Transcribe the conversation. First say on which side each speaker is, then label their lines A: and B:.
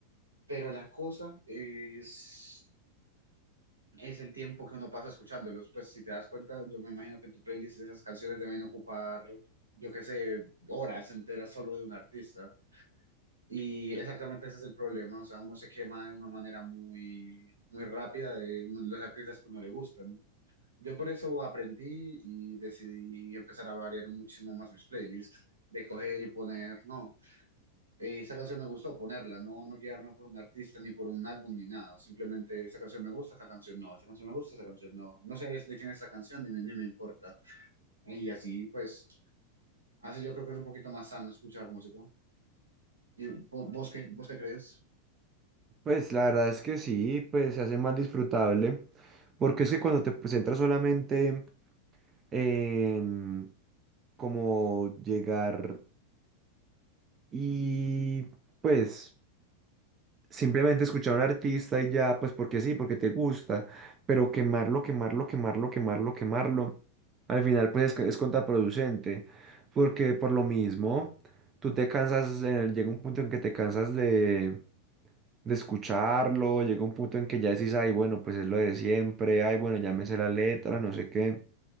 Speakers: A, on the right; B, on the right.
A: Pero la cosa es, es el tiempo que uno pasa escuchándolos. Pues si te das cuenta, yo me imagino que en tu playlist esas canciones deben ocupar, yo qué sé, horas enteras solo de un artista. Y exactamente ese es el problema, o sea, uno se quema de una manera muy, muy rápida de uno- los artistas que no le gustan. Yo por eso aprendí y decidí empezar a variar muchísimo más mis playlists, de coger y poner, no, eh, esa canción me gustó ponerla, no, no guiarme por un artista ni por un álbum ni nada, simplemente esa canción me gusta, esta canción no, esta canción me gusta, esta canción no, no sé de quién es esa canción ni, ni me importa. Y así pues, así yo creo que es un poquito más sano escuchar música. ¿Y vo- vos qué, vos qué crees?
B: Pues la verdad es que sí, pues se hace más disfrutable, porque es que cuando te pues, centras solamente en como llegar y pues simplemente escuchar a un artista y ya, pues porque sí, porque te gusta, pero quemarlo, quemarlo, quemarlo, quemarlo, quemarlo, al final pues es, es contraproducente, porque por lo mismo, tú te cansas, eh, llega un punto en que te cansas de... de escucharlo, llega un punto en que ya decís, ay, bueno, pues es lo de siempre, ay, bueno, ya me sé la letra, no sé qué,